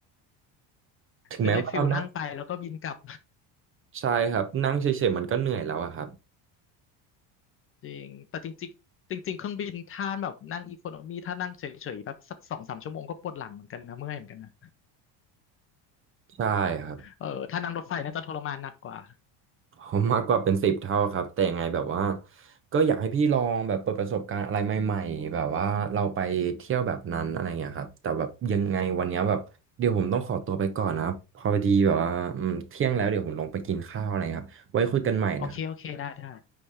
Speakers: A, on the right; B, on the left.
A: ถึงแม้ว่าเรานะ
B: จะได้ฟิลนั่งไปแล้วก็บินกลับ
A: ใช่ครับนั่งเฉยๆมันก็เหนื่อยแล้วอะครับ
B: จริง แต่จริงๆจริงๆเครื่องบินถ้าแบบนั่งอีโคโนมีถ้านั่งเฉยๆแบบสักสองสามชั่วโมงก็ปวดหลังเหมือนกันนะเมื่อยเหมือนกันนะ
A: ใช่ครับ
B: เออถ้านั่งรถไฟน่าจะทรมานหนักกว่า
A: ผมมากกว่าเป็นสิบเท่าครับแต่ยังไงแบบว่าก็อยากให้พี่ลองแบบเปิดประสบการณ์อะไรใหม่ๆแบบว่าเราไปเที่ยวแบบนั้นอะไรเงี้ยครับแต่แบบยังไงวันเนี้ยแบบเดี๋ยวผมต้องขอตัวไปก่อนนะครับพอดีแบบว่าอืมเที่ยงแล้วเดี๋ยวผมลงไปกินข้าวอะไรครับไว้คุยกันใหม่นะครับ
B: โอเคโอเคได้ได้